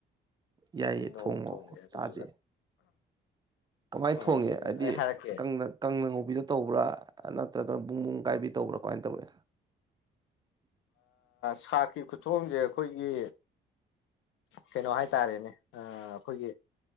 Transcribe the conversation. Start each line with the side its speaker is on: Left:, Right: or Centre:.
Right: ꯌꯥꯏꯌꯦ
Left: ꯅ ꯅꯣꯡ
Right: ꯊꯣꯡꯉꯣ
Left: ꯊꯣꯡꯉꯛꯑꯦ ꯑꯗꯨꯗꯨꯒ
Right: ꯆꯥꯁꯦ ꯀꯃꯥꯏꯅ
Left: ꯍꯣꯏ
Right: ꯊꯣꯡꯉꯦ
Left: ꯑꯗꯨꯒ
Right: ꯍꯥꯏꯗꯤ
Left: ꯑꯩ ꯍꯥꯏꯔꯛꯀꯦ
Right: ꯀꯪꯅ ꯉꯧꯕꯕꯤꯗ ꯇꯧꯕ꯭ꯔꯥ ꯅꯠꯇ꯭ꯔꯒꯅ ꯄꯨꯡ ꯨꯡ ꯀꯥꯏꯕꯤ ꯇꯧꯕ꯭ꯔꯥ ꯀꯃꯥꯏꯅ ꯇꯧꯋꯤ
Left: ꯁꯥꯀꯤ ꯈꯨꯊꯣꯡꯁꯦ ꯑꯩꯈꯣꯏꯒꯤ ꯀꯩꯅꯣ ꯍꯥꯏ ꯇꯥꯔꯦꯅꯦ ꯑꯩꯈꯣꯏꯒꯤ